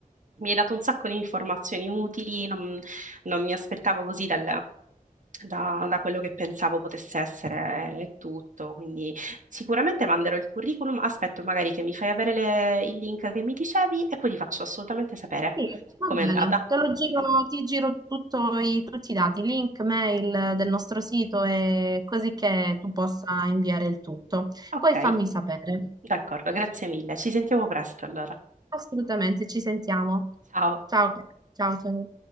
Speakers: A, on the right; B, on the right.
A: mi hai dato un sacco di informazioni utili, non, non mi aspettavo così dal- da, da quello che pensavo potesse essere eh, tutto, quindi sicuramente manderò il curriculum, aspetto magari che mi fai avere le- il link che mi dicevi e poi ti faccio assolutamente sapere
B: Sì, va
A: com'è
B: bene,
A: andata.
B: te lo giro, ti giro tutto i- tutti i dati, link, mail del nostro sito e così che tu possa inviare il tutto.
A: Ok,
B: Poi fammi sapere.
A: d'accordo, grazie mille, ci sentiamo presto allora.
B: Assolutamente, ci sentiamo.
A: Ciao.
B: Ciao, ciao, ciao.